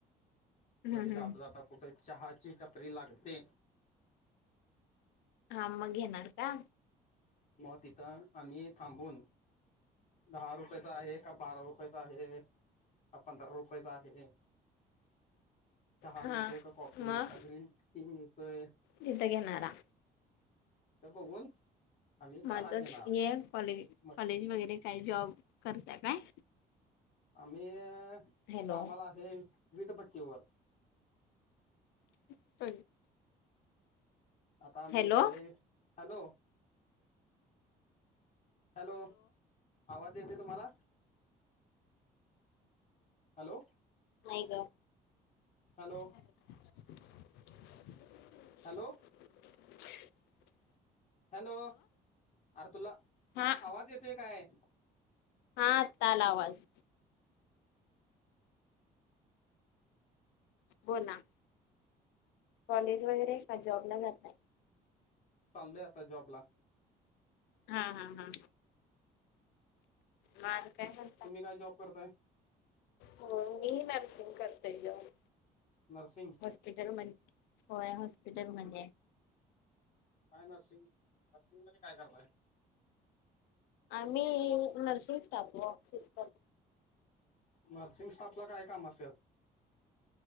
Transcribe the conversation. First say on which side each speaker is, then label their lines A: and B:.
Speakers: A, on the left; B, on the left.
A: हम्म
B: बरी
A: हम्म
B: जाता जाता कुठे चहाची टपरी लागते.
A: हा मग घेणार कां.
B: मग पिता आम्ही थांबून. दहा रुपयाचा आहे का, बारा रुपयाचा आहे का पंधरा रुपयाचा आहे. <inaudible> चहा
A: हा
B: मिळतोय का कॉफी
A: मग
B: काय ग्रीन टी मिळतोय.
A: तिथं घेणारा
B: ते बघून. आम्ही
A: <unintelligible>
B: चहा घेणार
A: हे कॉले
B: मग
A: कॉलेज वगैरे काय जॉब करताय काय.
B: आम्ही
A: हॅलो
B: कामाला आहे वीटभट्टीवर.
A: <inaudible>
B: आता आम्ही
A: हॅलो
B: चालोय हॅलो. हॅलो आवाज येतोय तुम्हाला. हॅलो
A: नाही गं.
B: Hello
A: <unintelligible>
B: hello.
A: <unintelligible>
B: हॅलो अरे तुला
A: हा
B: आवाज येतोय काय?
A: हा आत्ता आला आवाज. हो ना. कॉलेज वगैरे का जॉबला जाताय?
B: चाललोय आता जॉबला
A: हा हा हा, हा. म आज काय झालं?
B: तुम्ही काय जॉब करताय?
A: हो मी नर्सिंग करते जॉब.
B: नर्सिंग.
A: हॉस्पिटल होय म्हणजे होय हॉस्पिटल मध्ये.
B: काय नर्सिंग? नर्सिंग मध्ये काय करताय?
A: आम्ही नर्सिंग स्टाफ ओ, सिस्टर.
B: नर्सिंग स्टाफला काय काम असत्यात?